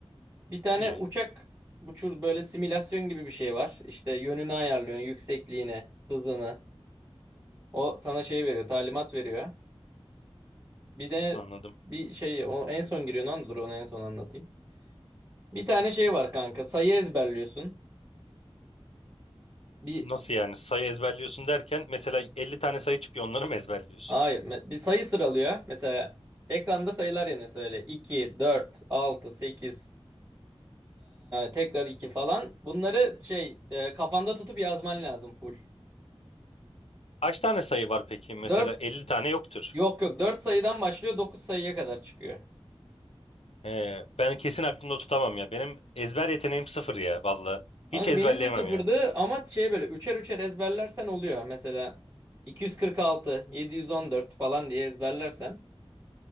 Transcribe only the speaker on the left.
İyi,
anladım.
Nasıl yani? Sayı ezberliyorsun derken mesela 50 tane sayı çıkıyor onları mı ezberliyorsun?
Kaç tane sayı var peki? Mesela
50 tane yoktur.
Ee, ben kesin aklımda tutamam ya. Benim ezber yeteneğim sıfır ya valla.
Hiç ezberleyemem
yani.